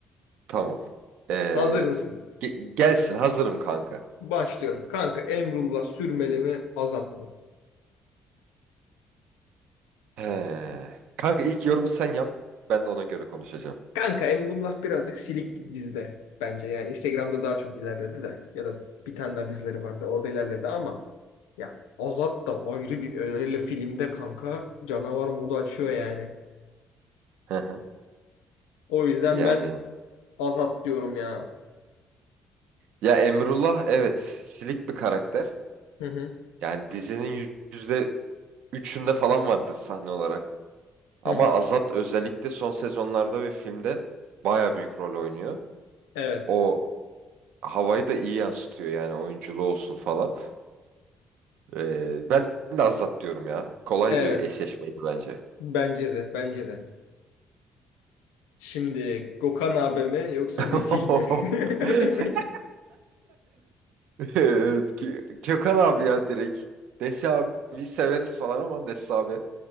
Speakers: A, on the right; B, on the left.
A: Tamam. Ee,
B: Hazır mısın?
A: ge- gelsin hazırım kanka.
B: Başlıyorum. Kanka Emrullah sürmeli mi azat mı?
A: He. Kanka ilk yorumu sen yap. Ben de ona göre konuşacağım.
B: Kanka Emrullah birazcık silik dizide bence. Yani Instagram'da daha çok ilerledi de. Ya da bir tane daha dizileri vardı. Orada ilerledi ama ya Azat da ayrı bir öyle filmde kanka canavar modu açıyor yani.
A: Hı hı.
B: O yüzden
A: Yani
B: ben Azat diyorum ya.
A: ya Emrullah evet silik bir karakter.
B: Hı hı
A: Yani dizinin yüzde üçünde falan vardır sahne olarak. Ama
B: hı hı.
A: Azat özellikle son sezonlarda ve filmde baya büyük rol oynuyor.
B: Evet.
A: O havayı da iyi yansıtıyor yani oyunculuğu olsun falan. Ee, ben de Azat diyorum ya. Kolay
B: Evet.
A: bir eşleşmeydi bence.
B: Bence de. Bence de. Şimdi Gökhan abi mi yoksa
A: <laughs>
B: Nesih mi? <laughs>
A: Evet, Kö- Kökan abi ya direkt. Nesi abi severiz falan ama Nesi abi.